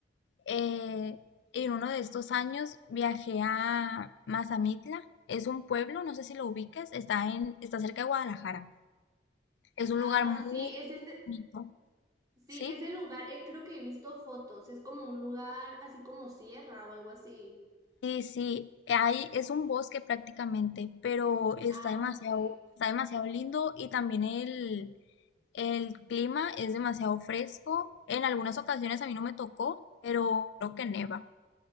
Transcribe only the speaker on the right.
Ah,
sí, ese,
Sí,
es el lugar, eh, creo que he visto fotos, es como un lugar así como sierra o algo así.
Ah,
ok.